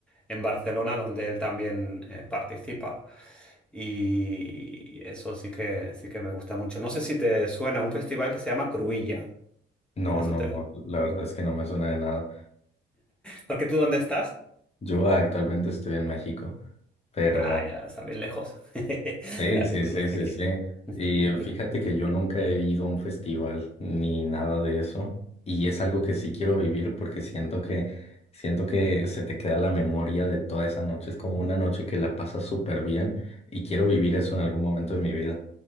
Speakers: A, in the centre; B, on the left.
A: en Barcelona donde él también eh, participa. Y eso sí que, sí que me gusta mucho. No sé si te suena un festival que se llama Cruilla.
B: No,
A: Eso
B: no,
A: te...
B: no, la verdad es que no me suena de nada.
A: Porque tú, ¿dónde estás?
B: Yo actualmente estoy en México, pero
A: Ah, ya, está bien lejos. <laughs> Está
B: sí, sí,
A: bien lejos
B: sí, sí,
A: de aquí.
B: sí.
A: <laughs>
B: Y eh, fíjate que yo nunca he ido a un festival ni nada de eso. Y es algo que sí quiero vivir porque siento que, siento que se te queda la memoria de toda esa noche. Es como una noche que la pasas súper bien y quiero vivir eso en algún momento de mi vida.